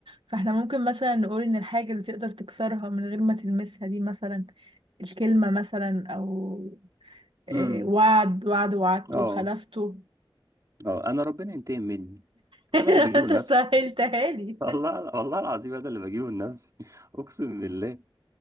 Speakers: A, on the right; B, on the right.
A: فاحنا ممكن مثلا نقول ان الحاجة اللي تقدر تكسرها من غير ما تلمسها دي مثلا الكلمة مثلا او آه،
B: امم
A: وعد وعد وعدته
B: اه
A: خلفته
B: اه انا ربنا ينتقم مني
A: <laughs>
B: انا اللي بجيبه
A: انت
B: لنفسي
A: سهلتها لي
B: <laughs> والله والله العظيم انا اللي بجيبه لنفسي <laughs> اقسم بالله